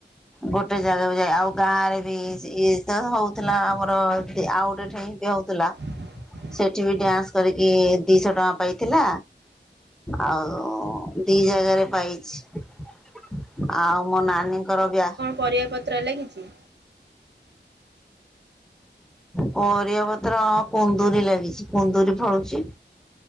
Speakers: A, in the centre; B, on the right.
A: ଗୋଟେ ଜାଗାକୁ ଯାଏ ଆଉ ଗାଁରେ ବି ଯି ଇଏ ଯେତବେଳେ ହଉଥିଲା ଆମର ଏଠି ଆଉ ଗୋଟେ ଠେଇଁ ତି ହଉତୁଲା।
B: !!!
A: ସେଠି ବି ଡ୍ୟାନ୍ସ କରିକି ଦିଶ ଟଙ୍କା ପାଇଥିଲା ଆଉ ଉଁ ଦି ଜାଗାରେ ପାଇଛି ଆଉ ମୋ ନାନୀଙ୍କର ବ୍ୟା
B: ପରିବାପତ୍ର ଲାଗିଛି।
A: ପରିବା ପତ୍ର କୁନ୍ଦୁରି ଲାଗିଚି କୁନ୍ଦୁରି ଫଳୁଚି।